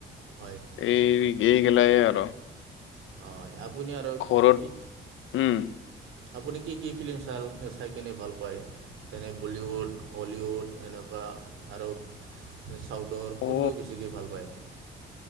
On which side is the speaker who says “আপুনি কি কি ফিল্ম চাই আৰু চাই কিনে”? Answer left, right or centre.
Right